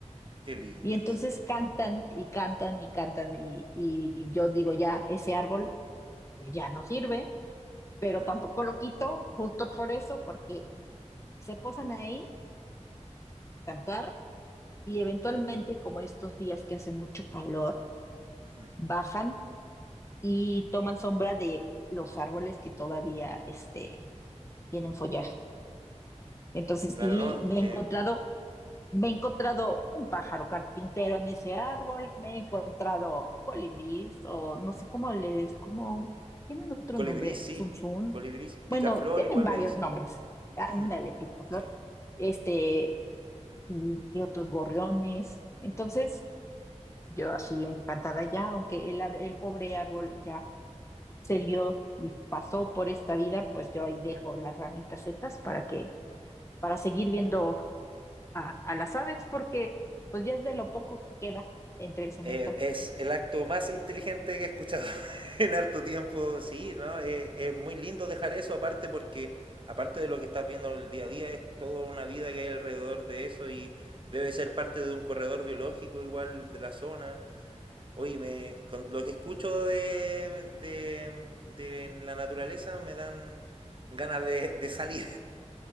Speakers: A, on the right; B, on the left.
A: qué lindas,
B: Y entonces cantan y cantan y cantan y, y yo digo, ya, ese árbol pues, ya no sirve, pero
A: claro.
B: tampoco lo quito justo por eso, porque se posan ahí, a cantar y eventualmente,
A: Claro.
B: como estos días que hace mucho calor,
A: ujú.
B: bajan y toman sombra de los árboles que todavía este, tienen follaje. Entonces,
A: Claro,
B: sí,
A: ¿no?
B: me
A: Eh,
B: he encontrado Me he encontrado un pájaro
A: ujú.
B: carpintero en ese árbol, me he encontrado colibrís o no sé cómo les, cómo tienen otro
A: Colibrí
B: nombre,
A: sí.
B: zunzún.
A: Colibrí
B: Bueno,
A: picaflor
B: tienen
A: igual
B: varios
A: le dicen.
B: nombres. Ándale,
A: Ujú,
B: picaflor.
A: sí.
B: Este, y, y otros gorriones. Entonces, yo así encantada ya, aunque el, ar- el pobre árbol ya se dio y pasó por esta vida, pues yo ahí dejo las ramitas secas para que, para seguir viendo a, a las aves porque pues ya es de lo poco que queda entre el cemento.
A: Eh, es el acto más inteligente que he escuchado <laughs> en harto tiempo, sí, ¿no? Eh, es muy lindo dejar eso aparte porque, aparte de lo que estás viendo el día a día, es toda una vida que hay alrededor de eso y debe ser parte de un corredor biológico igual de la zona. Oye, me, con lo que escucho de, de, de la naturaleza me dan ganas de, de salir